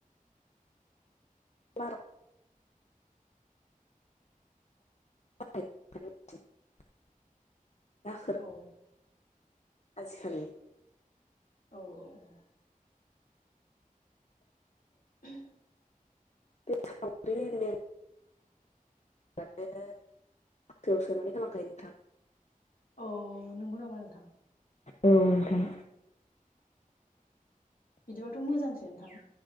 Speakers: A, on the left; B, on the left.
A: <unintelligible> <unintelligible>
B: अ
A: आजिखालि
B: औ औ औ <unintelligible>
A: बे साव्रि लें द फयाव सोनानै खालामखायो नोंथां <unintelligible>
B: अ नंगौ नामा नोंथां?
A: औ नोंथां।
B: बिदिबाथ' मोजांसो नोंथां